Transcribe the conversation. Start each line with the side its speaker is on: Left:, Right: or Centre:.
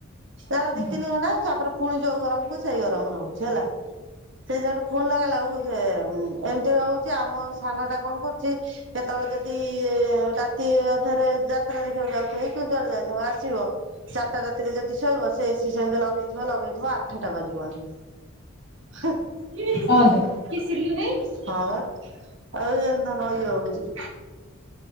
Right: ତାର
Left: ହୁଁ।
Right: ଦି ତିନି ଘଣ୍ଟା ତାପରେ ପୁଣି ଯୋଉ ଗରମ କୁ ସେଇ ଗରମ ରହୁଛି ହେଲା। ସେ ସେଠୁ ଫୁଣି ଲାଗେଲାକୁ ସେ ଉଁ ଏମିତି ହଉଛି ଆମ ସାନ ଟା କଣ କରୁଛି କେତେବେଳେ ଯଦି ରାତି ଅଧାରେ ଯାତ୍ରା ଦେଖିବାକୁ ଯାଉଥିବ କି ଯୁଆଡେ ଯାଇଥାଉ ଆସିବ ଚାରିଟା ରାତିରେ ଯଦି ଶୋଇବ ସେ ଏସି ସେମିତି ଲଗେଇଥିବ ଲଗେଇଥିବ ଆଠଟା ବାଜିବଣି। ହଁ <unintelligible>
Left: ଅ ହ।
Right: କିଏ ସିଲୁଭାଇସ ହଁ ବା। ଆଉ ଏମ ଧନ ଇଏ ହଉଛି।